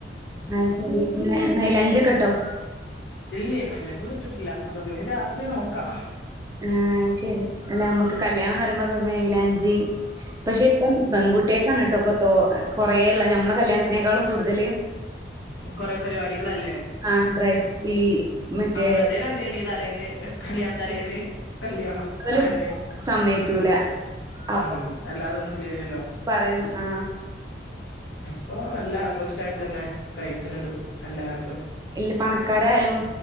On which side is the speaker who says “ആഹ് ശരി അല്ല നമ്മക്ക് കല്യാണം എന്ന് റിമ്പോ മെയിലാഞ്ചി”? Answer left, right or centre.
Right